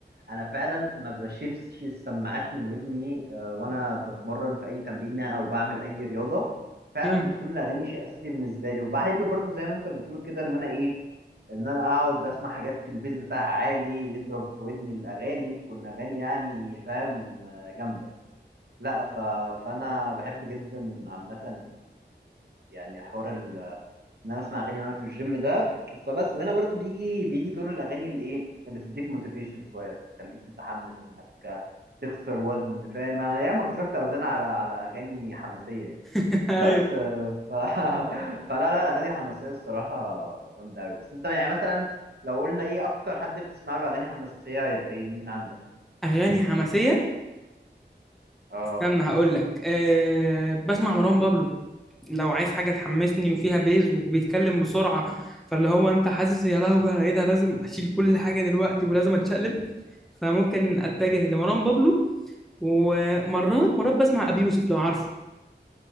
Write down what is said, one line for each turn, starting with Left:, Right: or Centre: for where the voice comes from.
Right: أنا فعلا ما بشيلش السماعات من ودني آه، وأنا بتمرن في أي تمرينة أو بعمل أي رياضة فعلا
Centre: امم
Right: بتكون الأغاني شيء أساسي بالنسبة لي وبحب برضو زي ما أنت بتقول كده إن أنا إيه إن أنا أقعد أسمع حاجات في البيز بتاعها عالي يضرب في ودني الأغاني تكون أغاني يعني فاهم آه، جامدة لا ف... فأنا بحب جدا عامة يعني حوار ان انا اسمع اغاني وانا في الجيم ده فبس وهنا برضو بيجي بيجي دور الاغاني اللي ايه اللي تديك موتيفيشن شويه تخليك متحمس انك تكسر وزن فاهم أنا ياما كسرت اوزان على على اغاني حماسيه يعني
Centre: <laughs> ايوه
Right: بس آه، ف... <laughs> فلا لا الاغاني الحماسيه الصراحه جامده قوي بس انت يعني مثلا لو قلنا ايه اكتر حد بتسمع له اغاني حماسيه هيبقى ايه مين عندك مثلا
Centre: اغاني حماسيه
Right: اه
Centre: استنى هقول لك أه بسمع مروان بابلو لو عايز حاجه تحمسني وفيها بيز وبيتكلم بسرعه فاللي هو انت حاسس يا لهوي ايه ده لازم اشيل كل حاجه دلوقتي ولازم اتشقلب فممكن اتجه لمروان بابلو ومرات مرات بسمع ابي يوسف لو عارفه